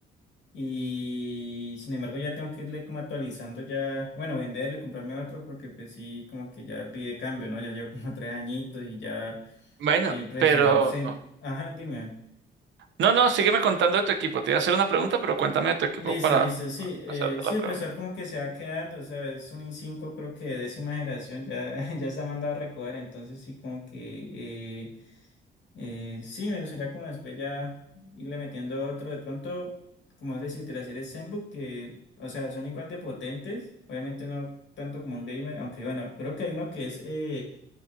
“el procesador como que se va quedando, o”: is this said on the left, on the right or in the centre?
Left